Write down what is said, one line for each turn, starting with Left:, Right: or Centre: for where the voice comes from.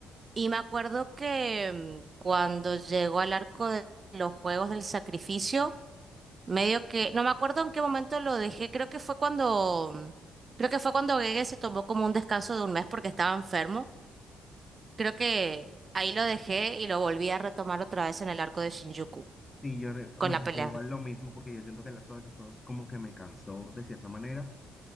Right: y me acuerdo que mm, cuando llegó al arco de los Juegos del Sacrificio, medio que, no me acuerdo en qué momento lo dejé, creo que fue cuando, mm, creo que fue cuando Gege se tomó como un descanso de un mes porque estaba enfermo. Creo que ahí lo dejé y lo volví a retomar otra vez en el arco de Shinjuku,
Left: sí, yo re-
Right: con
Left: me
Right: la
Left: pasó
Right: pelea.
Left: igual lo mismo porque yo siento que el arco de los Osos como que me cansó de cierta manera